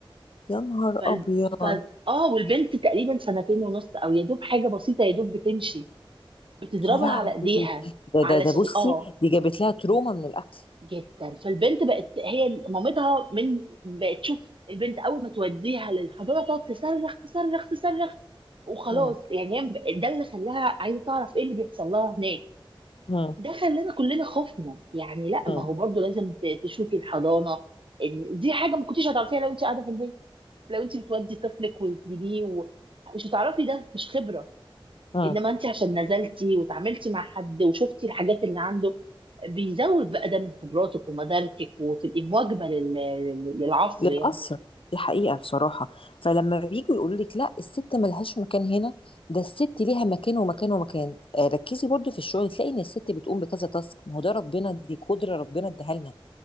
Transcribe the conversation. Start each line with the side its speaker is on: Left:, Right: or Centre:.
Left: يا نهار
Right: فال...
Left: ابيض
Right: ف... اه والبنت تقريبا سنتين ونص او يا دوب حاجه بسيطه يا دوب بتمشي بتضربها
Left: يا لهوي
Right: على ايديها
Left: ده
Right: علشان
Left: ده ده بصي
Right: اه
Left: دي جابت لها تروما من الاكل
Right: جدا فالبنت بقت هي مامتها من بقت تشوف البنت اول ما توديها للحضانه تقعد تصرخ تصرخ تصرخ وخلاص
Left: مم.
Right: يعني هي ب- ده اللي خلاها عايزه تعرف ايه اللي بيحصل لها هناك
Left: مم.
Right: ده خلانا كلنا خفنا يعني لا
Left: مم.
Right: ما هو برضو لازم ت- تشوفي الحضانه ال- دي حاجه ما كنتيش هتعرفيها لو انت قاعده في البيت لو انت بتودي طفلك وتجيبيه و- مش هتعرفي ده مش خبره
Left: مم.
Right: انما انت عشان نزلتي وتعاملتي مع حد وشفتي الحاجات اللي عنده بيزود بقى ده من خبراتك ومداركك وتبقي مواكبه لل- لل- للعصر
Left: للأسف
Right: يعني
Left: دي حقيقة بصراحة فلما بييجوا يقولوا لك لا الست ملهاش مكان هنا ده الست ليها مكان ومكان ومكان آه، ركزي برضو في الشغل تلاقي ان الست بتقوم بكذا تاسك ما هو ده ربنا دي قدرة ربنا اداها لنا